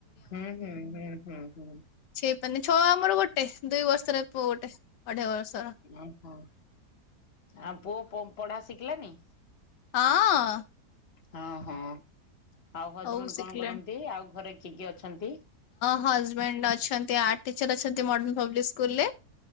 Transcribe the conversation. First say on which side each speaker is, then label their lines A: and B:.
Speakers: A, on the left; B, on the left.
A: ହୁଁ ହୁଁ ହୁଁ ହୁଁ ହୁଁ।
B: ଛି ହେଇପରୁନି, ଛଅ ଆମର ଗୋଟେ ଦୁଇ ବର୍ଷର ପୁଅ ଗୋଟେ। ଅଢେଇ ବର୍ଷର।
A: ଓହୋ, ଆଉ ପୁଅ ପଢା ଶିଖିଲାନି?
B: ହଁ।
A: ହଁ ହଁ ଆଉ ହଜବଣ୍ଡ
B: ହଉ ଶିଖିଲାଣି।
A: କଣ କରନ୍ତି ଆଉ ଘରେ କିଏ କିଏ ଅଛନ୍ତି?
B: ହଜବେଣ୍ଡ ଅଛନ୍ତି ଆର୍ଟ ଟିଚର ଅଛନ୍ତି ମଡନ ପବ୍ଲିକ୍ ସ୍କୁଲରେ।